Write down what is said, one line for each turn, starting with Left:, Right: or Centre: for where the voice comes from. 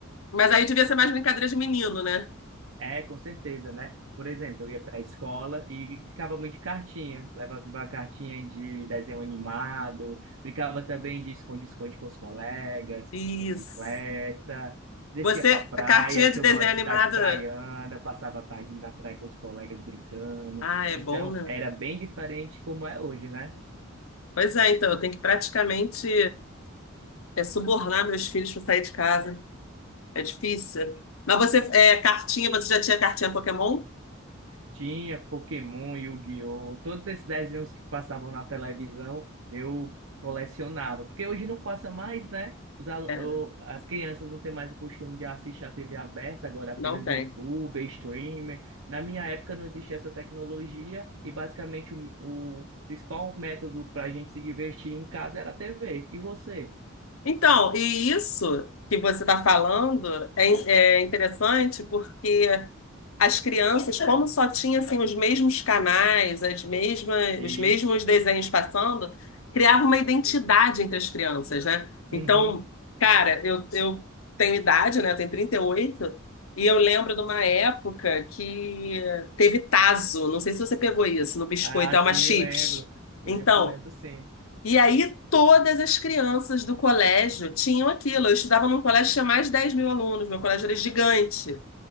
Left: Mas aí devia ser mais brincadeira de menino, né?
Right: É, com certeza, né? Por exemplo, eu ia para a escola e brincava muito de cartinha. Levava uma cartinha de desenho animado, brincava também de esconde-esconde com os colegas,
Left: Isso.
Right: bicicleta, descia
Left: Você,
Right: para praia,
Left: a cartinha
Right: porque
Left: de desenho
Right: eu moro em cidade
Left: animada.
Right: praiana, passava a tarde na praia com os colegas brincando.
Left: Ah, é
Right: Então,
Left: bom, né?
Right: era bem diferente como é hoje, né?
Left: Pois é, então, eu tenho que praticamente é, subornar meus filhos para sair de casa. É difícil. Mas você, é, cartinha, você já tinha cartinha Pokémon?
Right: Tinha Pokémon, Yu-Gi-Oh! Todos esses desenhos que passavam na televisão, eu colecionava. Porque hoje não passa mais, né? Os al-
Left: É,
Right: o- as crianças não têm mais o costume de assistir a TV aberta, agora apenas
Left: não tem.
Right: YouTube, streamer. Na minha época não existia essa tecnologia e basicamente o, o principal método para a gente se divertir em casa era a TV. E você?
Left: Então, e isso que você está falando é, in- é interessante porque as crianças, como só tinha assim, os mesmos canais, as mesmas,
Right: Isso.
Left: os mesmos desenhos passando, criava uma identidade entre as crianças, né?
Right: Uhum.
Left: Então, cara, eu, eu tenho idade, né? Eu tenho 38, e oito, e eu lembro de uma época que teve taso não sei se você pegou isso, no biscoito,
Right: Ah,
Left: é
Right: sim,
Left: uma chips.
Right: lembro. Lembro,
Left: Então,
Right: lembro sim.
Left: e aí todas as crianças do colégio tinham aquilo. Eu estudava num colégio que tinha mais de 10 mil alunos, meu colégio era gigante.